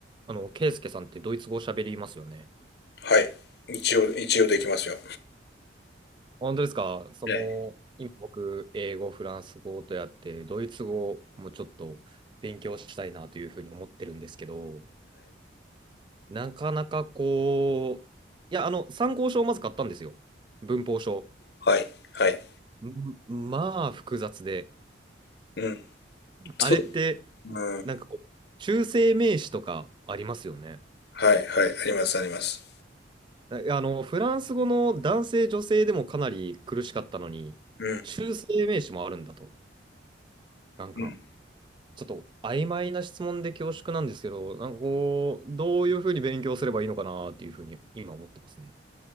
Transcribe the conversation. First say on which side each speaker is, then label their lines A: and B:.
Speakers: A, on the right; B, on the left.
A: あの、ケイスケさんってドイツ語喋りますよね。
B: はい。一応、一応できますよ。
A: 本当ですかその、
B: はい。
A: 今僕、英語、フランス語とやって、ドイツ語もちょっと勉強したいなというふうに思ってるんですけど、なかなかこう、いや、あの、参考書をまず買ったんですよ。文法書。
B: はい。はい。
A: んまあ、複雑で。
B: うん。そう。
A: あれって、
B: うん。
A: なんかこう、中性名詞とかありますよね。
B: はい。はい。あります、あります。
A: ああの、フランス語の男性、女性でもかなり苦しかったのに、
B: うん。
A: 中性名詞もあるんだと。なんか、
B: うん。
A: ちょっと曖昧な質問で恐縮なんですけど、なんかこう、どういうふうに勉強すればいいのかなっていうふうに今思ってますね。